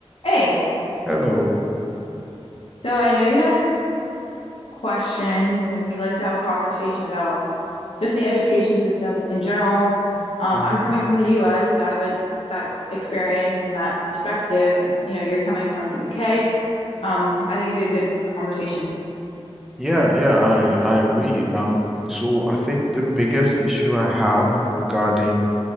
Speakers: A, on the left (about 65°); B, in the centre.
A: Hey,
B: Hello.
A: so I know you had some questions and you like to have a conversation about just the education system in general. Um,
B: hmm
A: I'm coming from the US, so I have a, that experience and that perspective, and you know, you're coming from the UK. Um, I think it'd be a good conversation.
B: Yeah, yeah, I I agree. Um, so I think the biggest issue I have regarding